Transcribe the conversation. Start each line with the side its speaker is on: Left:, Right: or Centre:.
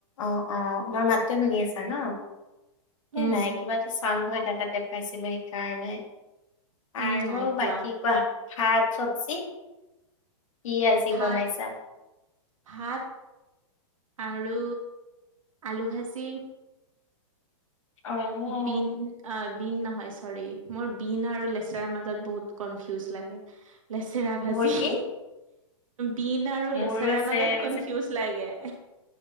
Left: অ অ। মোৰ মাতটো শুনি আছা ন? সেই
Right: উম
Left: নাই কিবা এটা চাউণ্ড হৈ থাকা যেন পাইছিলো সেইকাৰণে।
Right: উম
Left: আৰু
Right: নাই পোৱা
Left: বাকী কোৱা, ভাত চব্জি - কি আজি
Right: ভাত
Left: বনাইছা?
Right: ভাত আৰু আলু ভাজি।
Left: অ',
Right: বিন, অ, বিন নহয় চৰি মোৰ বিন আৰু লেচেৰা মাজত বহুত কনফিউজ লাগে। লেচেৰা ভাজি।
Left: মোৰ কি?
Right: বীন আৰু
Left: মোৰো
Right: লেচাৰাৰ
Left: চেম
Right: মাজত কনফিউজ লাগে।